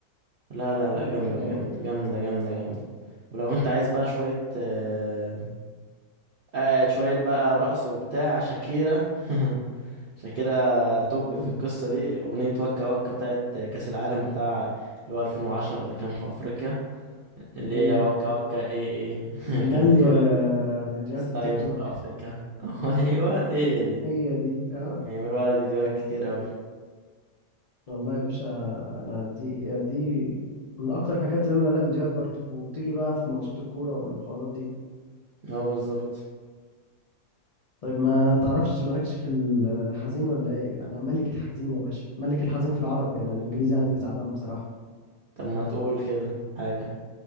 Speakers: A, on the right; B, on the left.
A: لا
B: شفتها
A: لا لا
B: قبل
A: جامدة
B: كده
A: بجد
B: يعني
A: جامدة جامدة جامدة ولو أنت عايز بقى شوية آه آه، شوية بقى رقص وبتاع شاكيرا <laughs> شاكيرا توب
B: مم.
A: في القصة دي أغنية وكا وكا بتاعت كأس العالم بتاع اللي هو 2010 اللي كان في أفريقيا اللي
B: دي
A: هي وكا وكا إيه إيه
B: مالية
A: <laughs> كانت بتقول
B: فيديوهات
A: It's
B: التيك
A: time
B: توك
A: for Africa
B: بت-
A: <laughs> أيوه هي دي
B: هي دي اه
A: بيعملوا على فيديوهات كتير أوي
B: والله يا باشا انا دي يا دي من اكتر الحاجات اللي بعمل لها فيديوهات برضه وبتيجي بقى في ماتشات الكورة والحوارات دي
A: اه بالظبط
B: طيب ما تعرفش مالكش في الحزين ولا ايه انا ملك الحزين يا باشا ملك الحزين في العربي انا الانجليزي عندي تعبان بصراحة
A: طب ما تقول كده حاجة